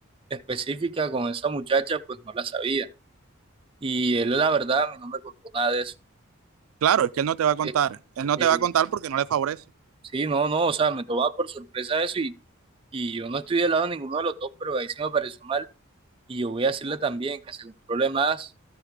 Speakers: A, on the right; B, on the right.
A: específica con esa muchacha, pues no la sabía. Y él, la verdad, a mí no me contó nada de eso.
B: Claro, es que él no te va a contar.
A: Eh,
B: Él no
A: eh,
B: te va a contar porque no le favorece.
A: sí, no, no, o sea, me tomaba por sorpresa eso y, y yo no estoy del lado de ninguno de los dos, pero ahí sí me pareció mal. Y yo voy a decirle también que se controle más,